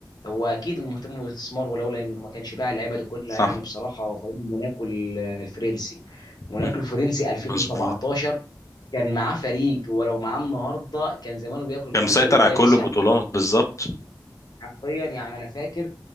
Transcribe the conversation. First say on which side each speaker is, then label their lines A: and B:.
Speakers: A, on the left; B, on the left.
A: هو اكيد مهتم بالاستثمار ولولا انه ما كانش باع اللعيبه دي كلها
B: صح
A: يعني بصراحه هو فريق موناكو ال- الفرنسي موناكو
B: مم.
A: الفرنسي 2017
B: مظبوط
A: كان معاه فريق ولو معاه النهارده كان زمانه بياكل الاخضر
B: كان مسيطر
A: واليابس
B: على كل البطولات
A: يعني
B: بالظبط
A: حرفيا يعني انا فاكر